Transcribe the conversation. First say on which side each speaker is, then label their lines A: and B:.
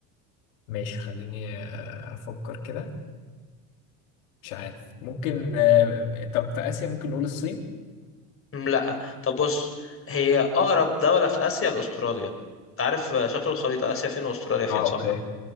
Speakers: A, on the left; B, on the left.
A: ماشي خليني آه، أفكر كده مش عارف ممكن آه، طب في آسيا ممكن نقول الصين
B: أم لا طب بص هي اقرب دولة في اسيا لاستراليا انت عارف شكل الخريطة اسيا فين واستراليا فين
A: اه
B: صح
A: اوكي